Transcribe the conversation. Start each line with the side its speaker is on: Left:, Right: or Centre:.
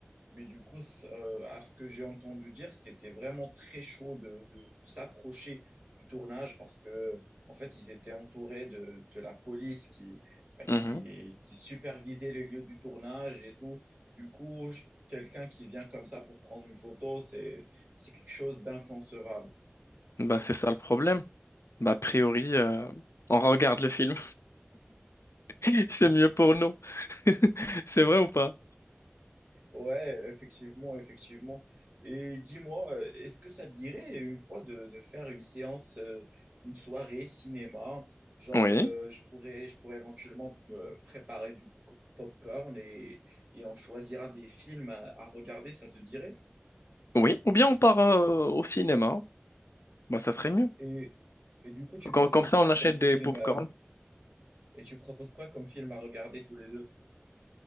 Right: Mais du coup, c- euh, à ce que j'ai entendu dire, c'était vraiment très chaud de, de- de s'approcher du tournage parce que, en fait, ils étaient entourés de, de la police qui, bah, qui,
Left: Mhm.
Right: qui supervisait les lieux du tournage et tout. Du coup, je- quelqu'un qui vient comme ça pour prendre une photo, c'est, c'est quelque chose d'inconcevable.
Left: Bah, c'est ça le problème. Bah, a priori, euh, on regarde le film. <laughs> C'est mieux pour nous. <laughs> C'est vrai ou pas?
Right: Ouais, effectivement, effectivement. Et dis-moi, euh, est-ce que ça te dirait une fois de, de faire une séance, euh, une soirée cinéma? Genre,
Left: Oui.
Right: euh, je pourrais, je pourrais éventuellement me préparer du co- popcorn et, et on choisira des films à, à regarder, ça te dirait?
Left: Oui. Ou bien on part euh, au cinéma. Bah, ça serait mieux.
Right: Et, et du coup, tu
Left: Com-
Right: proposes
Left: Comme, ça,
Right: quoi
Left: on
Right: comme
Left: achète
Right: film,
Left: des popcorn.
Right: euh, Et tu proposes quoi comme film à regarder tous les deux?